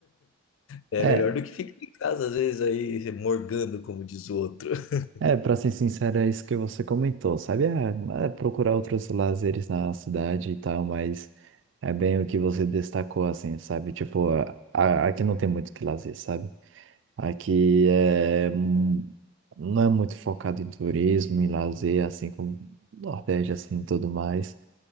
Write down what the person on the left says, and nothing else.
É
melhor do que ficar em casa, às vezes, aí morgando, como diz o outro. <laughs>